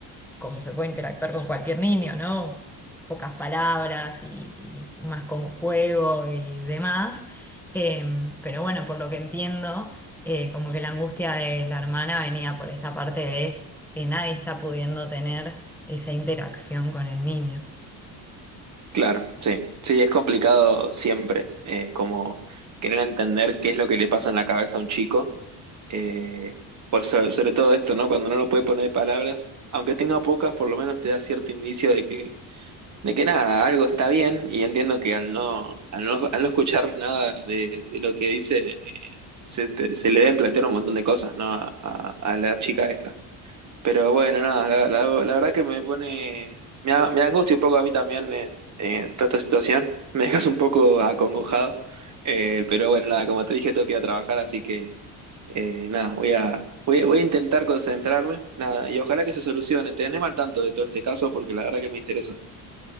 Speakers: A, in the centre; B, on the right.
A: como se puede interactuar con cualquier niño, ¿no? Pocas palabras y, y más con juego y demás. Eh, pero bueno, por lo que entiendo, eh, como que la angustia de la hermana venía por esta parte de que nadie está pudiendo tener esa interacción con el niño.
B: Claro, sí, sí, es complicado siempre, eh, como querer entender qué es lo que le pasa en la cabeza a un chico Eh, por sobre, sobre todo esto, ¿no? Cuando no lo puede poner en palabras, aunque tenga pocas, por lo menos te da cierto indicio de que, de que nada, algo está bien, y entiendo que al no, al no, al no escuchar nada de, de lo que dice, eh, se, te- se le deben plantear un montón de cosas, ¿no? A, a- a la chica esta. Pero bueno, nada, la, la- la verdad que me pone, me, a- me angustia un poco a mí también eh, eh, toda esta situación, me dejas un poco acongojado. Eh, pero bueno, nada, como te dije, tengo que ir a trabajar, así que eh, nada, voy a, voy, voy a intentar concentrarme, nada, y ojalá que se solucione. Tenedme al tanto de todo este caso porque la verdad que me interesa.